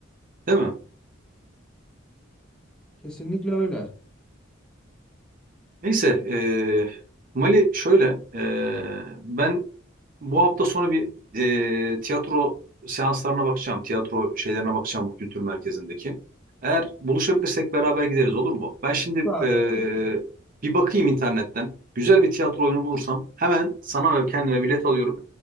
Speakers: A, on the right; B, in the centre.
A: Değil mi?
B: Kesinlikle öyle.
A: Neyse. ee, Mali şöyle. ee, ben Bu hafta sonu bir e, tiyatro seanslarına bakacağım. Tiyatro şeylerine bakacağım bu kültür merkezindeki. Eğer buluşabilirsek beraber gideriz olur mu? Ben şimdi
B: Abi,
A: e, bir bakayım internetten. Güzel bir tiyatro oyunu bulursam hemen sana ve kendime bilet alıyorum.